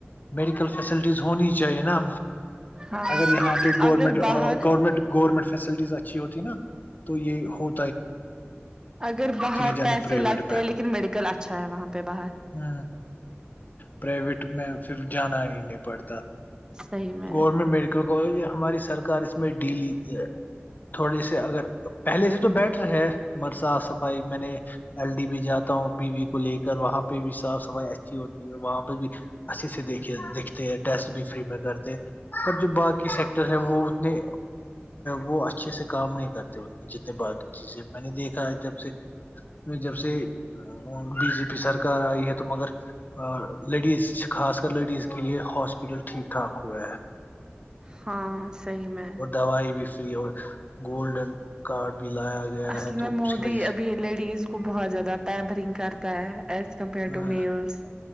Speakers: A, on the left; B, on the right.
A: میڈیکل فیسلٹیز ہونی چاہیے نا
B: ہاں
A: اگر یہاں پہ گورنمنٹ
B: اگر باہر
A: گورنمنٹ گورنمنٹ فیسلٹیز اچھی ہوتی نا تو یہ ہو
B: اگر باہر
A: جانی
B: پیسے
A: پرائیویٹ
B: لگتے
A: میں
B: ہیں لیکن میڈیکل اچھا ہے وہاں پہ باہر
A: ہ پرائیویٹ میں پھر جانا ہی نہیں پڑتا
B: صحیح میں
A: گورنمنٹ میڈیکل کالج یا ہماری سرکار اس میں ڈیل لی ہے تھوڑے سے اگر پہلے سے تو بیٹر ہے مگر صاف صفائی میں نے ایل ڈی بھی جاتا ہوں پی وی کو لے کر وہاں پہ بھی صاف صفائی اچھی ہوتی ہے وہاں پہ بھی اچھے سے دیکے دیکھتے ہیں ٹیسٹ بھی فری میں کرتے پر جو باقی سیکٹر ہیں وہ اتنے وہ اچھے سے کام نہیں کرتے اتنے جتنے باقی چیزیں میں نے دیکھا ہے جب سے میں جب سے بی جے پی سرکار آئی ہے تو مگر اور لیڈیز خاص کر لیڈیز کے لیے ہاسپٹل ٹھیک ٹھاک ہوا ہے
B: ہاں صحی میں
A: اور دوائی بھی فری اور گولڈن کارڈ بھی لایا گیا
B: اصل
A: ہے تو
B: میں مودی
A: اس کی وجہ
B: ابھی
A: سے
B: لیڈیز کو بہت زیادہ پیمپرنگ کرتا ہے ایز کمپئر
A: ہاں
B: ٹو میلس